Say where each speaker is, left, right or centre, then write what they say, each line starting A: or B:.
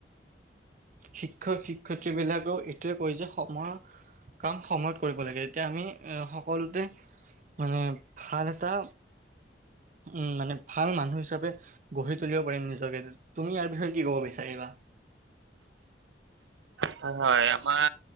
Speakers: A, on the right; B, on the right.
A: শিক্ষক শিক্ষয়িত্ৰীবিলাকেও এইটোৱে কয় যে সময়ৰ কাম সময়ত কৰিব লাগে। এতিয়া আমি এ সকলোতে উম ভাল এটা উম মানে ভাল মানুহ হিচাপে গঢ়ি তুলিব পাৰিম নিজকে। তুমি ইয়াৰ বিষয়ে কি ক'ব বিচাৰিবা?
B: হয় হয় আমাৰ